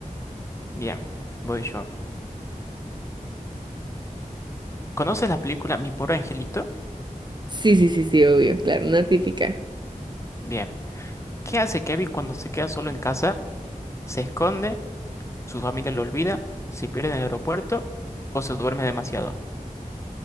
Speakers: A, on the left; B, on the right.
A: Bien, voy yo. ¿Conoces la película Mi pobre angelito?
B: Sí, sí, sí, sí, obvio, claro, una típica.
A: Bien. ¿Qué hace Kevin cuando se queda solo en casa? ¿Se esconde? ¿Su familia lo olvida? ¿Se pierde en el aeropuerto? ¿O se duerme demasiado?